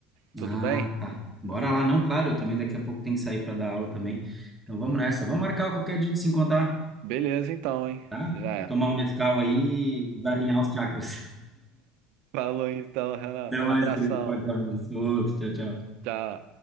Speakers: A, on the right; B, in the centre.
A: Tudo
B: Ah,
A: bem?
B: tá. Bora
A: Eu-
B: lá, não, claro, eu também daqui a pouco tenho que sair para dar aula também. Então vamos
A: e-
B: nessa. Vamos marcar qualquer dia de se encontrar,
A: Beleza então, hein?
B: tá?
A: Já é.
B: Tomar um Nescau aí, e alinhar os chakras.
A: Falou então, Renan.
B: Até
A: Um
B: mais,
A: abração.
B: querido. Forte abraço. Outro. Tchau, tchau.
A: Tchau.